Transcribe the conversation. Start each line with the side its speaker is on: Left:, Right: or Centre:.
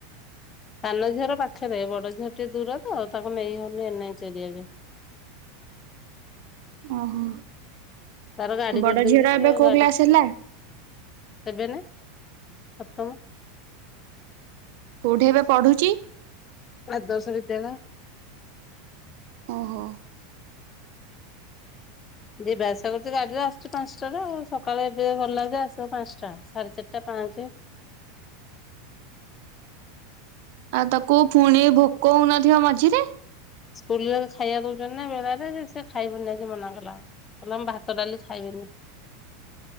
Left: ସାନ ଝିଅର ପାଖରେ, ବଡ ଝିଅ ଟିକେ ଦୂର ତ ତାଙ୍କୁ ନେଇ ହଉନି ଏନ ଏଚ ଏରିଆରେ।
Right: ଓହୋ
Left: ତାର ଗାଡି
Right: ବଡ
Left: କରିଦେଇଛି,
Right: ଝିଅର
Left: ସେ
Right: ଏବେ କୋଉ
Left: ଗାଡି
Right: କ୍ଲାସ ହେଲା?
Left: ଏବେ ନା ସପ୍ତମ।
Right: କୋଉଠି ଏବେ ପଢୁଛି?
Left: ଆଦର୍ଶ ବିଦ୍ୟାଳୟ।
Right: ଓହୋ!
Left: ଯିବା ଆସିବା କରୁଛି ଗାଡିରେ ଆସୁଛି ପାଞ୍ଚଟାରୁ, ସକାଳେ ଏବେ ଗଲା ଯେ ଆସିବ ପାଞ୍ଚଟା। ସାଢେ ଚାରିଟା ପାଞ୍ଚ ପାଞ୍ଚେ।
Right: ଆଉ ତାକୁ ଫୁଣି ଭୋକ ହଉନଥିବ ମଝିରେ?
Left: ସ୍କୁଲରେ ଖାଇବା ଦଉଛନ୍ତି ନା ବେଳାରେ। ଯେ ସେ ଖାଇବନି ଆଜି ମନା କଲା, କହିଲା ମୁଁ ଭାତ ଡାଲି ଖାଇବନି।